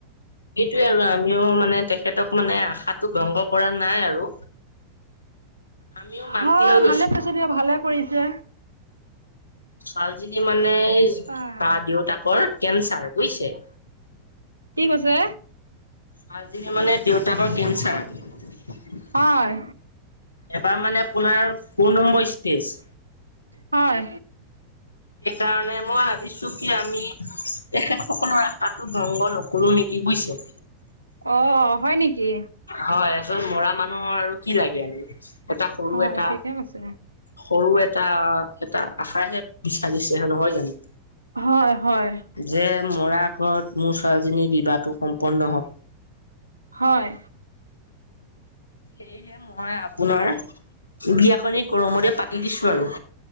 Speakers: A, on the left; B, on the right.
A: এইটোৱে আৰু আমিও মানে তেখেতক মানে আশাটো ভংগ কৰা নাই আৰু। আমিও মান্তি
B: হয়
A: হৈ গৈছো
B: ভালে পাইছে দিয়ক ভালে কৰিছে।
A: ছোৱালীজনী মানে এই ‌তা
B: আহ,
A: দেউতাকৰ কেন্ঞ্চাৰ বুইছে।
B: কি কৈছে?
A: ছোৱালীজনীৰ মানে দেউতাকৰ কেন্ঞ্চাৰ।
B: হয়।
A: এবাৰ মানে আপোনাৰ ফৌৰ নম্বৰ ষ্টেজ।
B: হয়।
A: সেইকাৰণে মই ভাবিছো কি আমি তেখেত সকলৰ আশাটো ভংগ নকৰোঁ নেকি বুইছে।
B: অ হয় নেকি?
A: হয় এজন মৰা মানুহৰ আৰু কি লাগে আৰু। এটা সৰু
B: হয়
A: এটা
B: ঠিকে কৈছে।
A: সৰু এটা এটা আশাহে বিচাৰিছে হে নহয় জানো?
B: হয় হয়।
A: যে মৰা আগত মোৰ ছোৱালীজনীৰ বিবাহটো সম্পন্ন হওক।
B: হয়।
A: সেয়েহে মই আপোনাৰ বিয়াখনি গৰমতে পাতি দিছোঁ আৰু।